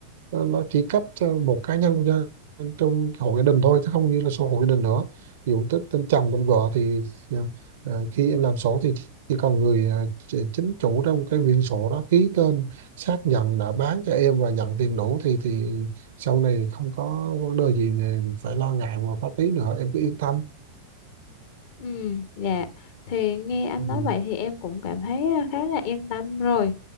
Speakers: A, on the right; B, on the left.
A: nó nó chỉ cấp cho một cá nhân cho, trong hộ gia đình thôi chứ không như là sổ hộ gia đình nữa. Ví dụ tên, tên chồng tên vợ thì ờ, ờ, khi em làm sổ thì chỉ cần người ờ, ch- chính chủ trong cái quyển sổ đó ký tên xác nhận đã bán cho em và nhận tiền đủ thì thì sau này không có vấn đề gì này phải lo ngại về pháp lý nữa em cứ yên tâm.
B: Ừ, dạ. Thì nghe anh
A: Ừ.
B: nói vậy thì em cũng cảm thấy à, khá là yên tâm rồi.